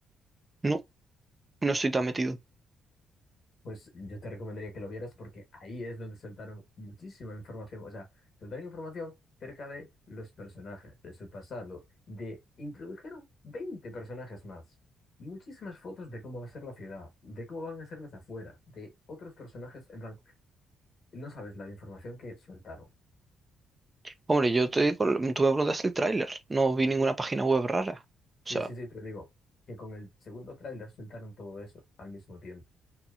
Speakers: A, on the right; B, on the left.
A: No, no no estoy tan metido.
B: Pues yo te recomendaría que lo vieras porque ahí es donde soltaron muchísima información. O sea, soltaron información cerca de los personajes, de su pasado, de introdujeron 20 personajes más. Muchísimas fotos de cómo va a ser la ciudad, de cómo van a ser las afueras, de otros personajes. En plan, no sabes la de información que soltaron.
A: Hombre, yo te digo, mm, tú me preguntaste el tráiler. No vi ninguna
B: Sí.
A: página web rara.
B: Sí,
A: O sea,
B: sí, sí, pero digo que con el segundo tráiler soltaron todo eso al mismo tiempo.